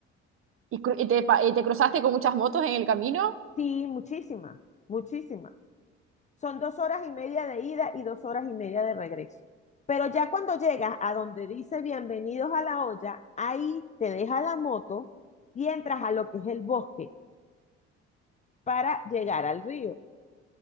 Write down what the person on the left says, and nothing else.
Sí, muchísima, muchísima. Son dos horas y media de ida y dos horas y media de regreso. Pero ya cuando llegas a donde dice bienvenidos a la olla, ahí te deja la moto y entras a lo que es el bosque para llegar al río.